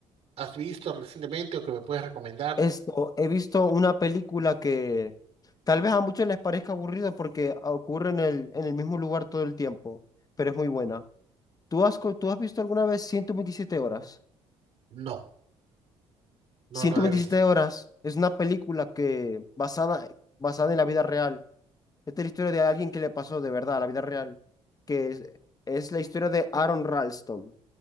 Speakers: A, on the right; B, on the left.
A: has visto recientemente o que me puedes recomendar?
B: Esto, he visto una película que tal vez a muchos les parezca aburrida porque ocurre en el, en el mismo lugar todo el tiempo, pero es muy buena. ¿Tú has, co- tú has visto alguna vez 127 horas?
A: No, no,
B: ciento
A: no la
B: veintisiete
A: he visto.
B: horas es una película que basada, basada en la vida real. Esta es la historia de alguien que le pasó de verdad a la vida real, que es, es la historia de Aaron Ralston,